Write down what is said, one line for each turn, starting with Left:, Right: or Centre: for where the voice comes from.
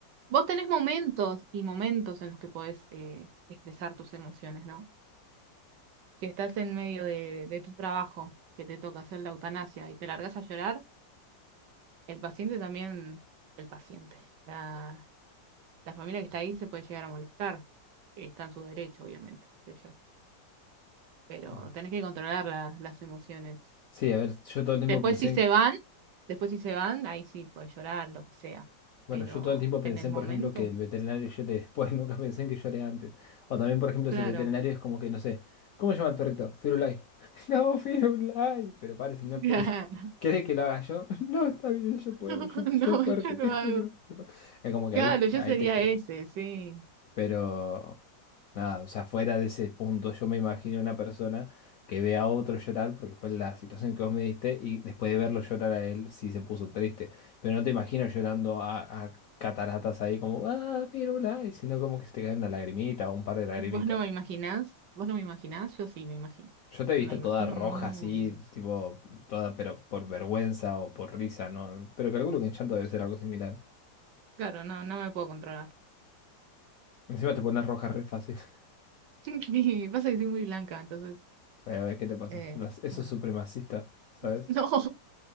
Right: vos tenés momentos y momentos en los que podés eh, expresar tus emociones, ¿no? Si estás en medio de, de tu trabajo, que te toca hacer la eutanasia y te largas a llorar, el paciente también, el paciente, la, la familia que está ahí se puede llegar a molestar, que está en su derecho, obviamente, qué sé yo. Pero
Left: bueno.
Right: tenés que controlar las, las emociones.
Left: sí, a ver, yo todo el tiempo
Right: Después
Left: pensé
Right: si
Left: en
Right: se van, después si se van, ahí sí puedes llorar, lo que sea.
Left: Bueno,
Right: Pero
Left: yo todo el tiempo pensé,
Right: en el momento,
Left: por ejemplo, que el veterinario llore después, <laughs> nunca pensé en que llore antes. O también, por ejemplo,
Right: claro,
Left: si el veterinario es como que, no sé, ¿cómo se llama el perrito? Firulai. <laughs> No, Firulai. Pero padre, si no, to-
Right: <laughs> claro.
Left: <laughs> ¿querés que lo haga yo? <laughs> No, está bien, yo
Right: <laughs>
Left: puedo, yo soy
Right: No,
Left: fuerte,
Right: yo no
Left: te juro
Right: hago.
Left: que soy fuerte. Es como que
Right: Claro,
Left: ahí,
Right: yo
Left: ahí
Right: sería
Left: te creo.
Right: ese, sí.
Left: Pero nada, o sea, fuera de ese punto, yo me imagino una persona que ve a otro llorar, porque fue la situación que vos me diste, y después de verlo llorar a él, sí se puso triste. Pero no te imagino llorando a, a cataratas ahí como, ah, pirula, y sino como que se te cae una lagrimita o un par de lagrimitas.
Right: ¿Vos no me imaginás? ¿Vos no me imaginás? Yo sí me imagino.
Left: Yo te he visto
Right: Me imagino
Left: toda roja
Right: muy
Left: así,
Right: bien eso.
Left: tipo, toda, pero por vergüenza o por risa, ¿no? Pero calculo que en llanto debe ser algo similar.
Right: Claro, no, no me puedo controlar.
Left: Encima te pones roja re fácil. <laughs>
Right: <laughs> pasa que soy muy blanca, entonces.
Left: A ver, ¿qué te pasa?
Right: eh,
Left: Las- eso
Right: ah,
Left: es supremacista, ¿sabes?
Right: <laughs> No,